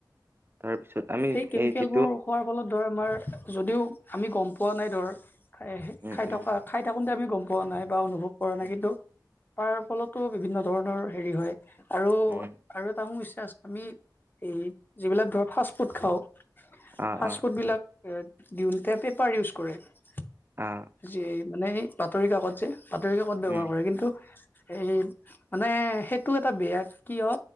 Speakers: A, on the right (about 30°); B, on the left (about 25°).
A: তাৰপিছত আমি
B: সেই কেমিকেলবোৰ
A: এই যে
B: খোৱাৰ ফলত ধৰ আমাৰ যদিও আমি গম পোৱা নাই ধৰ খাই
A: উম
B: খাই
A: উম
B: থকা খাই থাকোঁতে আমি গম পোৱা নাই বা অনুভৱ কৰা নাই
A: উম
B: কিন্তু তাৰ ফলতো বিভিন্ন ধৰণৰ হেৰি হয় আৰু
A: উম
B: আৰু এটা সমস্যা আছে আমি এই যিবিলাক ধৰ ফাষ্টফুড খাওঁ,
A: অ
B: ফাষ্ট
A: অ
B: ফুডবিলাক দিওঁতে পেপাৰ ইউজ কৰে যে,
A: অ
B: মানে বাতৰি কাকত যে। বাতৰি কাকত ব্যৱহাৰ
A: উম
B: কৰে কিন্তু এই মানে সেইটো এটা বেয়া কিয়